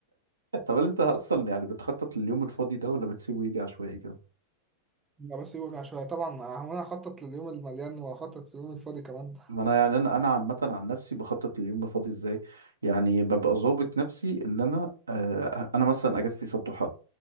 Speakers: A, on the right; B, on the right.
A: طب هل انت اصلا يعني بتخطط لليوم الفاضي ده ولا بتسيبه يجي عشوائي كده
B: لا، بس يوجع شوية طبعا آه، هو أنا هخطط لليوم المليان وهخطط لليوم الفاضي كمان
A: ما انا يعني انا انا عامه عن نفسي بخطط لليوم الفاضي ازاي يعني ببقى ظابط نفسي ان انا آه انا مثلا اجازتي سبت وحد